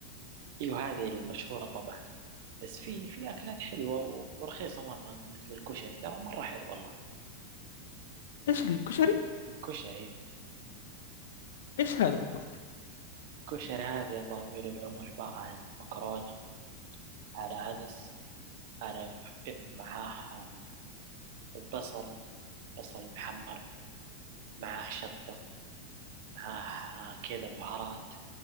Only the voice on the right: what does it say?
أيوة هذه المشهورة طبعا بس في في أكلات حلوة ورخيصة مرة مثل الكشري ترى مرة حلو والله
كشري
كشري هذه يا طويل العمر عبارة عن مكرونة على عدس على معاه بصل بصل محمر معاه شطة معاه كذا بهارات